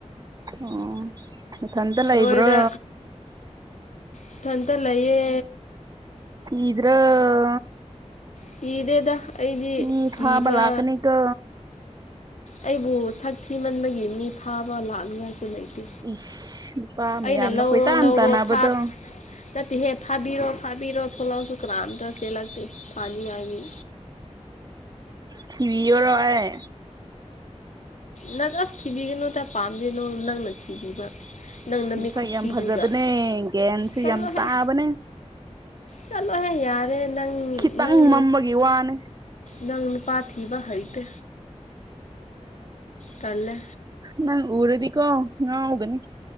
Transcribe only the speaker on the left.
ꯅꯣꯏꯗ ꯏꯊꯟꯇ ꯂꯩꯌꯦ
ꯀꯤꯗꯦꯗ ꯑꯩꯗꯤ
ꯀꯤꯕ
ꯑꯩꯕꯨ ꯁꯛ ꯊꯤ ꯃꯟꯕꯒꯤ ꯃꯤ ꯐꯥꯕ ꯂꯥꯛꯅꯤꯉꯥꯏꯁꯨ ꯂꯩꯇꯦ
ꯑꯩꯅ ꯂꯧꯔꯣ
ꯂꯧꯔꯣ
ꯐꯥ ꯅꯠꯇꯦꯍꯦ ꯐꯥꯕꯤꯔꯣ ꯐꯥꯕꯤꯔꯣ ꯊꯣꯛꯂꯛꯑꯁꯨ ꯀꯅꯥꯝꯇ ꯆꯦꯜꯂꯛꯇꯦ ꯐꯥꯅꯤꯉꯥꯏꯒꯤ
ꯅꯪ ꯑꯁ ꯊꯤꯕꯤꯒꯅꯨ ꯇ ꯄꯥꯝꯗꯦ ꯅꯣ ꯅꯪꯅ ꯊꯤꯕꯤꯕ ꯅꯪ ꯅꯃꯤꯠ
ꯈꯨꯊꯤꯗꯨꯒ
ꯆꯠꯂꯣꯍꯦ
ꯆꯠꯂꯣꯍꯦ ꯌꯥꯔꯦ ꯅꯪ
ꯅꯪ
ꯅꯪ ꯅꯨꯄꯥ ꯊꯤꯕ ꯍꯩꯇꯦ ꯇꯜꯂꯦ